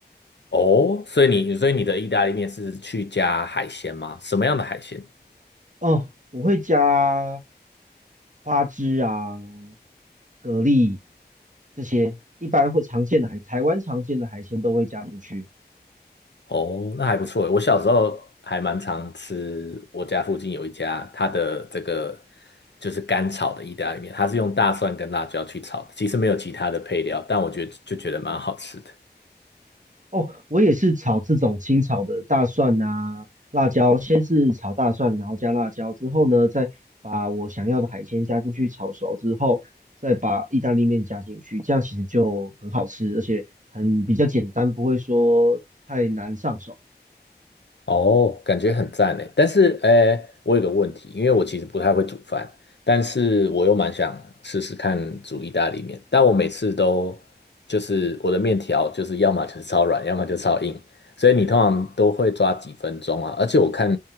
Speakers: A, on the left (about 85°); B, on the right (about 45°).
A: 哦，所以你，所以你的意大利面是去加海鲜吗？什么样的海鲜？
B: 哦，我会加花枝啊、蛤蜊这些，一般会常见的海，台湾常见的海鲜都会加进去。
A: 哦，那还不错诶我小时候还蛮常吃，我家附近有一家，它的这个就是干炒的意大利面，它是用大蒜跟辣椒去炒的，其实没有其他的配料，但我觉得就觉得蛮好吃的。
B: 哦，我也是炒这种清炒的大蒜啊、辣椒，先是炒大蒜，然后加辣椒，之后呢，再把我想要的海鲜加进去炒熟之后，再把意大利面加进去，这样其实就很好吃，而且很比较简单，不会说太难上手。
A: 哦，感觉很赞诶。但是，诶，我有个问题，因为我其实不太会煮饭，但是我又蛮想试试看煮意大利面，但我每次都就是我的面条就是要么就是超软，要么就超硬，所以你通常都会抓几分钟啊？而且我看